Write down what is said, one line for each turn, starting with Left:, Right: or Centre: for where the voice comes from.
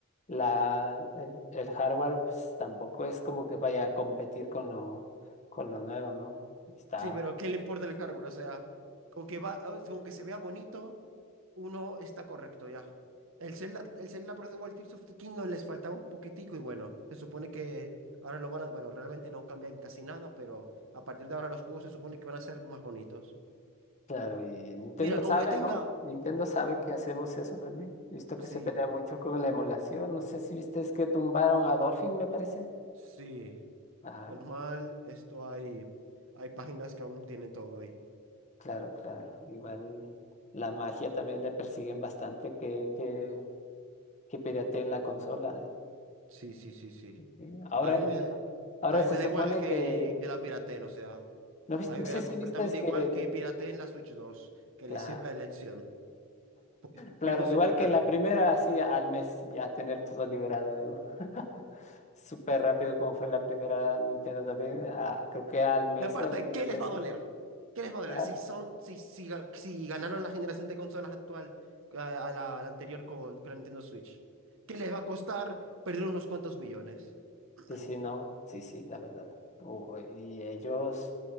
Left: la, el, el hardware, pues tampoco es como que vaya a competir con lo, con lo nuevo, ¿no? Está
Right: Sí, pero ¿qué le importa el hardware? O sea, con que va, ah, con que se vea bonito, uno está correcto ya. El Zelda, el Zelda Breath of the Wild Tears of the Kingdom les faltaba un poquitico y bueno, se supone que ahora lo van a, bueno, realmente no cambian casi nada, pero a partir de ahora los juegos se supone que van a ser más bonitos.
Left: claro, y Nintendo
Right: Mira,
Left: sabe,
Right: con que tenga,
Left: ¿no? Nintendo sabe que hacemos eso también. He visto que
Right: sí,
Left: se pelea mucho con la emulación. No sé si viste, es que tumbaron a Dolphin, me parece.
Right: sí,
Left: Ay,
Right: menos mal, esto hay, hay páginas que aún tienen todo ahí.
Left: claro, claro. Igual la magia también le persiguen bastante, que, que que pirateen la consola. eh.
Right: Sí, sí, sí, sí.
Left: Eh, sí. Ahora,
Right: A mí me,
Left: y- ahora
Right: a mí
Left: se
Right: me da
Left: supone
Right: igual que,
Left: que,
Right: que la pirateen, o sea,
Left: no, vis-
Right: a mí
Left: no
Right: me
Left: sé
Right: da
Left: si
Right: completamente
Left: viste es que,
Right: igual que pirateen la Switch dos que
Left: claro,
Right: les sirva de lección, por escupirnos
Left: claro, igual
Right: en la
Left: que
Right: cara.
Left: en la primera, así al mes ya tener todo liberado, digo, <laughs> súper rápido como fue la primera Nintendo también, ah, creo que al mes
Right: Y aparte,
Left: o a las dos
Right: ¿qué les
Left: veces.
Right: va a doler? ¿Qué les va a
Left: claro.
Right: doler? Si son, si, si, ga- si ganaron la generación de consolas actual a, a la, a la anterior con, con la Nintendo Switch, ¿qué les va a costar perder unos cuantos millones?
Left: Sí, sí,
Right: <clears throat>
Left: no, sí, sí, la verdad. Oh, y ellos...